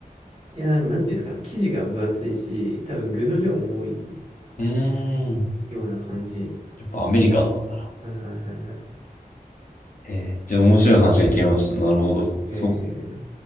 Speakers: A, on the right; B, on the left.
A: や、なんなんていうんですか。生地が分厚いし、多分具の量も多い
B: うーん。
A: ような感じ。
B: やっぱアメリカンなんだな。
A: はいはいはいはい。
B: ええ、じゃあ面白い話が聞けました。なるほど。
A: え
B: そう。